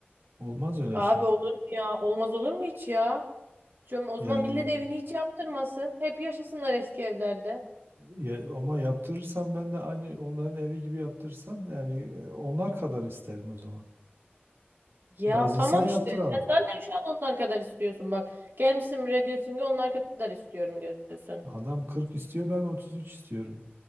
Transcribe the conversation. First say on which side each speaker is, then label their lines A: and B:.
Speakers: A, on the right; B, on the right.
A: Olmaz öyle
B: Abi
A: şey.
B: olur mu ya? Olmaz olur mu hiç ya? Şu, o
A: Yani
B: zaman millet evini hiç yaptırmasın. Hep yaşasınlar eski evlerde.
A: ya- ama yaptırırsam ben de aynı onların evi gibi yaptırırsam yani e, onlar kadar isterim o zaman.
B: Ya
A: Razıysan
B: tamam
A: yaptıralım.
B: işte. Sen zaten şu an onlar kadar istiyorsun bak. Gelmişsin buraya diyorsun ki onlar kadar istiyorum diyorsun.
A: Adam kırk istiyor ben 33 istiyorum.